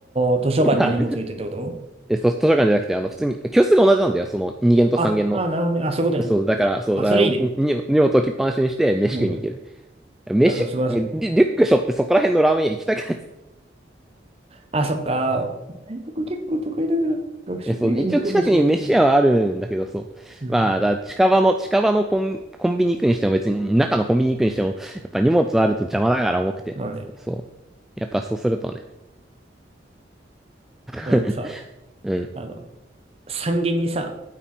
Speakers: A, on the right (about 30°); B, in the centre.
A: あ、図書館に荷物置いてってこと
B: <laughs> あ、え、そう図書館じゃなくて、あの、普通に、教室が同じなんだよ、その2限と3限の。
A: あ、あー、なるほどね。あ、そういうことね。
B: そう、だから、そう、
A: あ、
B: だからに荷物置きっぱなしにして、
A: それいいね。
B: 飯食いに行ける。
A: うん。
B: 飯、
A: あ、そう、素晴らしい。
B: リリュック背負ってそこら辺のラーメン屋行きたくない。
A: あ、そっか。大学結構都会だから、学食以外に行く場所がっていう。
B: え、そう、一応近くに飯屋はあるんだけど、そう。
A: うん。
B: まあ、だから近場の、近場のコン、コンビニ行くにしても、別に中のコンビニ行くにしても、やっぱ荷物あると邪魔だから重くて。
A: まあね、
B: そう。やっぱそうするとね。<laughs>
A: 俺もさ、
B: うん、
A: あの、三限にさ、